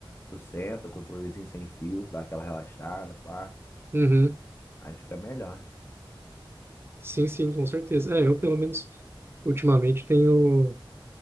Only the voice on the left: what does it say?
Tu senta, controlezinho sem fio, dá aquela relaxada, pá.
Aí fica melhor.